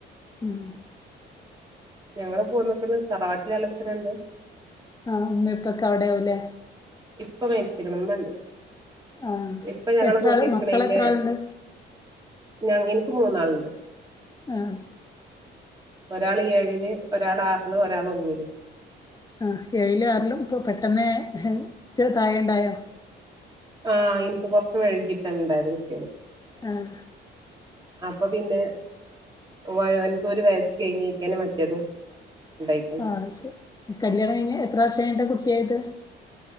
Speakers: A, on the left; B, on the right.
A: ഉം
B: ഞങ്ങള് പോന്നക്കണ് തറവാട്ടിലെളച്ചനണ്ട്
A: ആഹ് ഇമ്മ ഇപ്പൊക്കെ അവിടെയാവല്ലേ
B: ഇപ്പ <unintelligible> ഇമ്മ ഇണ്ട്
A: ആഹ്
B: ഇപ്പ ഞങ്ങള്
A: എത്ര
B: കൂടിരികണീന്റെ
A: ആള് മക്കളെത്ര ആളുണ്ട്
B: ഞാൻ ഇനിക് മൂന്നാള്ണ്ട്
A: ആഹ
B: ഒരാള് ഏഴിന് ഒരാള് ആറിന് ഒരാള് ഒന്നില്
A: ആഹ് ഏഴിലും ആറിലും ഇപ്പൊ പെട്ടെന്ന് ഹ് ചെറുതായി ഉണ്ടായോ
B: ആഹ് എനിക്ക് കുറച്ച് വൈകിട്ടാ ഉണ്ടായത് കുട്ടികള്
A: ആഹ്
B: അപ്പൊ പിന്നെ ഓ ഇവനിക് ഒരു വയസ്സ് കഴിഞ്ഞക്കാണ് മറ്റേതും ഉണ്ടായി
A: അത് ശെരി കല്യാണം കഴിഞ്ഞ് എത്ര വർഷം കഴിഞ്ഞിട്ടാ കുട്ടിയായത്